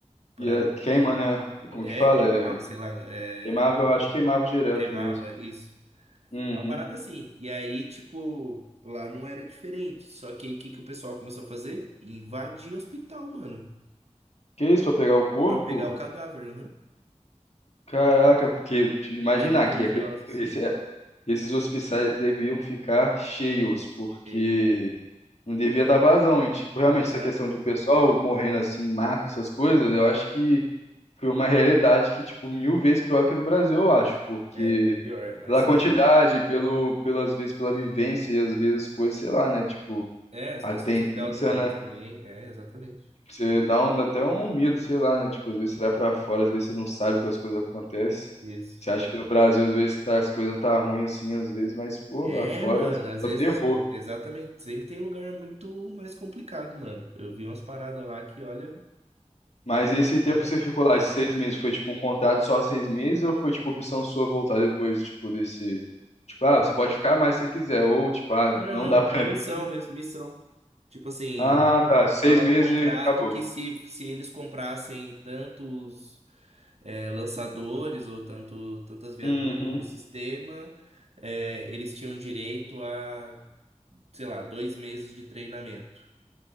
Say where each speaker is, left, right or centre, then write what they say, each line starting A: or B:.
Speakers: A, on the right (about 60°); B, on the left (about 65°).
A: pra,
B: E é, queima, né? E como
A: é,
B: que fala?
A: queimava,
B: É,
A: sei lá, é,
B: queimava, eu acho que queimava direto
A: cremava
B: mesmo.
A: isso.
B: Uhum.
A: É uma parada assim. E aí, tipo, lá não era diferente. Só que aí o que que o pessoal começou a fazer? Invadir hospital, mano.
B: Que isso, pra pegar o corpo?
A: Pra pegar o cadáver, aham.
B: Caraca, porque te imaginar
A: Por questões
B: que
A: religiosas.
B: aquele, esse esses hospitais deviam ficar cheios, porque
A: Cheio, mano.
B: não devia dar vazão. E, tipo, realmente,
A: Exato.
B: essa questão do pessoal morrendo assim, em maca, essas coisas, eu acho que foi uma realidade que, tipo, mil vezes pior que a do Brasil, eu acho, porque
A: É, é pior, é, mas
B: pela quantidade,
A: é,
B: pelo, pelas vezes, pela vivência e às vezes coisas, sei lá, né? Tipo,
A: é a situação
B: a tendência,
A: social do país
B: né?
A: também. É, exatamente.
B: Você dá, um, dá até um medo, sei lá, né? Tipo, às vezes você vai pra fora, às vezes você não sabe que as coisas acontecem.
A: Isso.
B: Você acha que no Brasil, às vezes, tá, as coisas tá ruim assim, às vezes, mas, pô,
A: É,
B: lá fora
A: mano, às
B: é
A: vezes,
B: o terror.
A: exatamente. Sempre tem lugar muito mais complicado, mano. Eu vi umas paradas lá que, olha,
B: Mas esse tempo
A: só vendo.
B: que você ficou lá, esses seis meses, foi tipo um contrato só seis meses ou foi tipo opção sua voltar depois, tipo, desse. Tipo, ah, você pode ficar mais se você quiser, ou tipo, ah,
A: Não, não,
B: não
A: não.
B: dá pra
A: Era missão
B: mim. <laughs>
A: mesmo, missão. Tipo assim,
B: Ah, tá, seis
A: Tava
B: meses
A: no contrato
B: e acabou.
A: que se, se eles comprassem tantos é, lançadores ou tanto, tantas viaturas
B: Uhum,
A: do sistema, é, eles tinham direito a, sei lá, dois meses de treinamento.